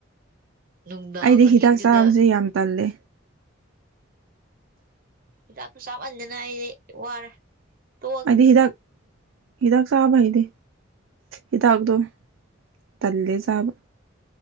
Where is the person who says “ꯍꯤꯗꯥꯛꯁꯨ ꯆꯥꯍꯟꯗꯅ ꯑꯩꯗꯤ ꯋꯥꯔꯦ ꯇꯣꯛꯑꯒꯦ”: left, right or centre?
Right